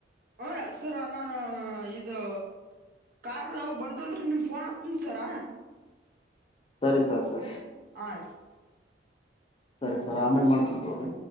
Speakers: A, on the right; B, on the left.
A: ಹ ಸರ ನಾನ ಇದು ಕಾರ್ ಅವವು ಬಂದ ಅಂದ್ರೆ ನಿಮ್ ಫೋನ್ ಹತನಿ ಸರ
B: ಸರಿ ಸರ್ ಸರಿ
A: ಹಾಂ
B: ಸರಿ ಸರ್ ಆಮೇಲೆ ಮಾಡ್ತೀನ್ ತಗ್ರಿ